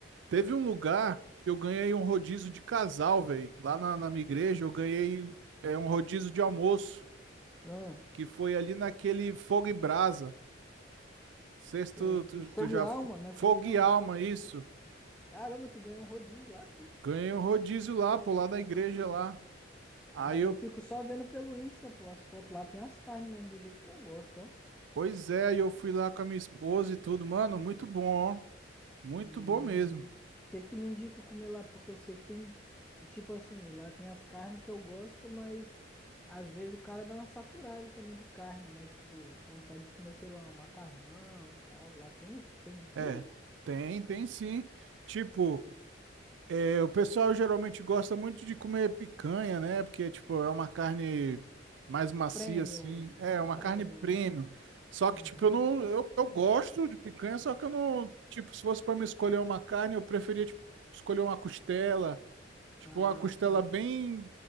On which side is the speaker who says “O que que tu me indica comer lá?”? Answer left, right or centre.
Centre